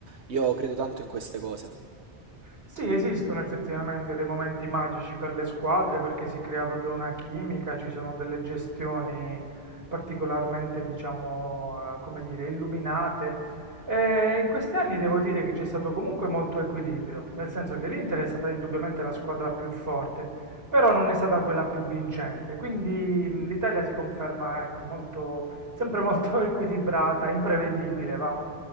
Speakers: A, on the right; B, on the right.
A: Io credo tanto in queste cose.
B: Sì, esistono effettivamente dei momenti magici per le squadre perché si crea proprio una chimica, ci sono delle gestioni particolarmente, diciamo, eh, come dire, illuminate. E in questi anni devo dire che c'è stato comunque molto equilibrio, nel senso che l'Inter è stata indubbiamente la squadra più forte, però non è stata quella più vincente. Quindi mh, l'Italia si conferma, ecco, molto, sempre molto <laughs> equilibrata, imprevedibile, va.